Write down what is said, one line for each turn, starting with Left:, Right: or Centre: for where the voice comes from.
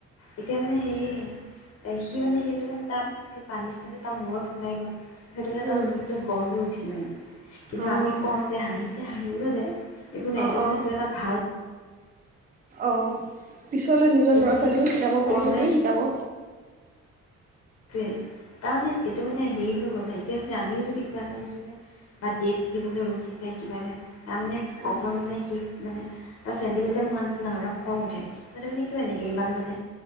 Left: এতিয়া মানে সেই এ সি মানে সেইটো মানে তাৰ সেই পনিচমেনত তো তাৰ মূৰত সোমাই গ'ল। সেইটো এটা
Right: উম,
Left: ছুইটোত গঢ় ল উঠিলে। কিন্তু
Right: অঁ
Left: আমি কওঁ যে হাঁহিছে হাঁহিব <unintelligible> একো নাই
Right: অঁ
Left: এইটো মানে
Right: অঁ
Left: এটা ভাল
Right: অঁ। পিছলৈ নিজৰ
Left: কিন্তু
Right: ল'ৰা
Left: এতিয়া
Right: ছোৱালীবোৰ
Left: সি
Right: শিকাব পাৰে
Left: কমে
Right: সেইটোৱে শিকাব।
Left: ওম তাৰমানে এইটো মানে হেৰি হৈ গ'ল মানে এতিয়া যদি আমিও যদি কিবা এটা লিখিলে বা ডেট দিবলৈ ৰখি যায় কিবা এটা তাৰমানে
Right: অঁ
Left: অকণমান মানে সি মানে তাৰ চেণ্টিমেণ্টেল হোৱা নাছিলি নলে খং উঠে ত তাৰ মানে কিয় এনেকৈ ইমান মানে